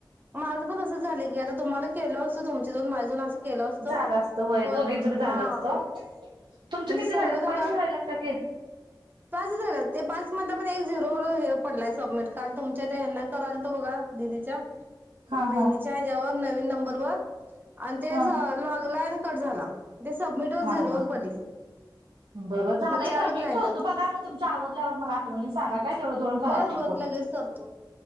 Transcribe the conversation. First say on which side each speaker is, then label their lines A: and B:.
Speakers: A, on the right (about 25°); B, on the right (about 80°).
A: माझं पण असंच झालय की आता तुम्हाला केलं असतं तुमचे दोन माझे दोन अस केलो असतो
B: झालं असतं होय
A: पण
B: दोघींच
A: हा.
B: बी झालं असतं तुमचं
A: म्हणजे
B: किती
A: संघ
B: राहिल्यात
A: झाल्यावर
B: पाचच राहिल्यात का की
A: पाच झाला ते पाच म पण एक झिरो हे पडलाय सबमिट काल तुमच्या त्या हयाना करालतो बघा दिदीच्या
B: हा
A: बहिणीच्या
B: हा
A: ह्याच्यावर नवीन नंबरवर आणि ते
B: हा
A: लागला आणि कट झाला. ते सबमिट वर
B: हा
A: झिरोवर
B: हा
A: पडलय
B: बरं झालंय
A: मग चारच
B: टायमिंग
A: राहिलेत.
B: ठेवतो बघा मग तुमच्या आवरल्यावर मला आठवनीन सा सांगा काय तेवढे दोन रहायला
A: बर बर
B: नको
A: लगेच करतो